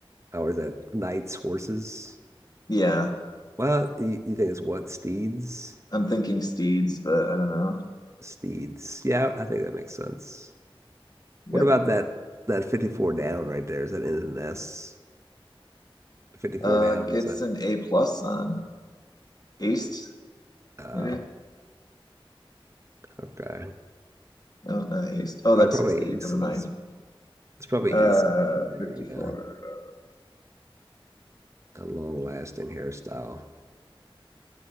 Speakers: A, on the right; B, on the left.
A: Or is that knights, horses?
B: Yeah,
A: Well, you, you think it's what? Steeds?
B: I'm thinking steeds, but I don't know.
A: Steeds. Yeah, I think that makes sense.
B: Yep.
A: What about that that 54 down right there? Is that N and S? 54
B: Uh
A: down,
B: gets
A: is that
B: an A plus on. Aced,
A: oh,
B: maybe.
A: okay.
B: Oh, not ace.
A: Ace.
B: Oh, that's
A: Oh, probably
B: 68.
A: aces.
B: Never mind.
A: It's probably
B: Uh,
A: aces over there,
B: 54.
A: yeah.
B: Uh,
A: A long lasting hairstyle.